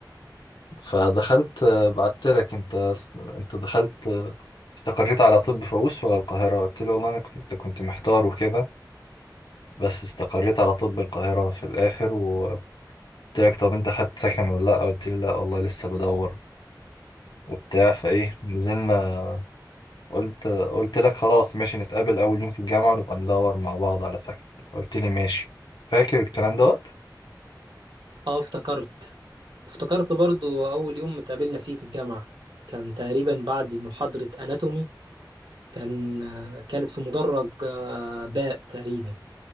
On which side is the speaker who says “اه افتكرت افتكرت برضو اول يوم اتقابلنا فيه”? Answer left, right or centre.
Right